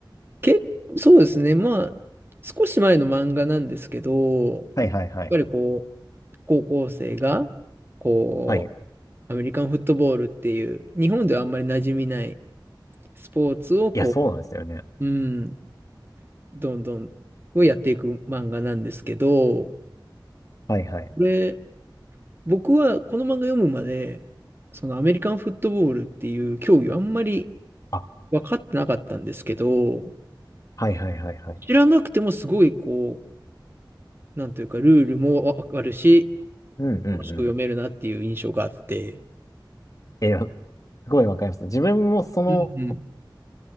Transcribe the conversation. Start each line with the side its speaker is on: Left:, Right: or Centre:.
Right: け、そうですね。まあ、少し前の漫画なんですけど、や
Left: はいはいはい。
Right: っぱりこ高校生が、こう、
Left: はい。
Right: アメリカンフットボールっていう、日本ではあんまり馴染みないスポーツを、こ
Left: いや、そうなんですよね。
Right: う、うん、どんどん、をやっていく漫画なんですけど、
Left: はいはい。
Right: これ、僕はこの漫画読むまで、そのアメリカンフットボールっていう競技はあんまり
Left: あ、
Right: 分かってなかったんですけど、
Left: はいはいはいはい。
Right: 知らなくてもすごいこう、なんというか、ルールも分かるし、
Left: うんうんうん。
Right: 楽しく読めるなっていう印象があって、
Left: えー、すごいわかります。自分もその、
Right: うんうん。